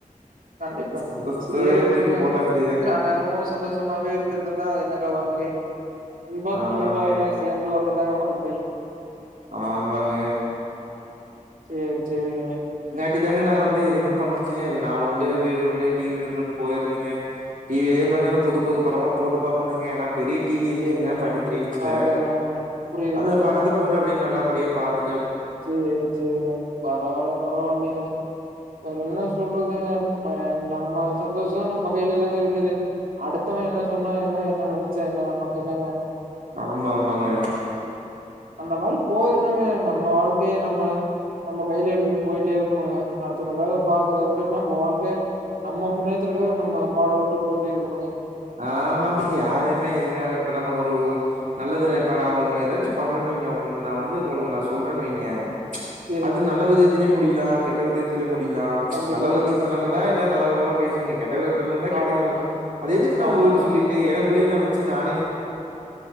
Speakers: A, on the right; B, on the right.
A: கண்டிப்பா
B: சந்தோஷத்தவே
A: சேரி விடுங்க
B: தூக்கி போட்டாச்சு
A: எல்லா நேரமும் சந்தோஷமாவே இருந்து இருந்தா அது என்னங்க வாழ்க்கை இன்போம்
B: ஆமாங்க
A: துன்போ எல்லாம் சேர்ந்து வர்றதாங்க வாழ்க்கை
B: ஆமாங்க
A: செரி செரிங்க
B: இப்டிதாங்க நான் வந்து எதுவுமே பண்ணச்சன் நான் உண்டு வீடு உண்டு டிவி உண்டுன்னு போயிருதுங்க டிவிலயே
A: சேரி
B: பாத்தீங்கன்னா புது
A: சேரிங்க
B: புது படமா போட்டு பாப்புனங்கன்னா பெரிய டிவி இருக்குங்க
A: சேரிங்க
B: ஃபார்ட்டி த்ரீ இன்ச்ல
A: அத அதாங்க புரியுதுங்க
B: அதுல படத்த போட்டு அப்டியே நல்லபடியா பாத்து
A: செரி செரி பரவால பரவாயில்லீங்க வேற என்ன சொல்றதுங்க ப நம்ம சந்தோஷதான் நம்ம கையில தாங்க இருக்குது அடுத்தவ என்ன சொன்னா என்ன என்ன நெனைச்சா என்ன நமக்கு என்னங்க
B: ஆமா ஆமாங்க
A: அந்த மாதி போயடுறங்க நம்ம வாழ்க்கைய நம்ம நம்ம கையில எடுத்துட்டு போயிட்டே இருக்கணுங்க அடுத்தவனுக்காக பாக்கறத விட நம்ம வாழ்க்க நம்ம முன்னேற்றுக்காக நம்ம பாட ஒட்டு போயிட்டே இருக்கணுங்க
B: ஆமாங்க யாருமே எதுவுமே இப்ப நம்ம ஒரு நல்லது நை இப்ப நா ஒண்ணு ஏதாச்சு பண்ணன் ங்க உங்களுக்கு நான் வந்து உங்களுக்கு நான் சொல்றேன்னு வைங்க
A: சேரிங்க
B: அது நல்ல விதத்திலய முடியலா கெட்ட விதத்திலய முடி யலாம்
A: கண்டிப்பா
B: நல்ல விதத்தில
A: கண்டிப்பாங்க
B: நடந்தா என்ன நல்ல விதமா பேசுகீங்க கெட்ட விதத்த
A: ஆமாங்க
B: கெட்ட நடக்கும் அதே எது க்கு நா
A: ஆமாமா
B: உங்ககிட்ட சொல்லிட்டு எனக்குள்ளே நா வச்சு நானே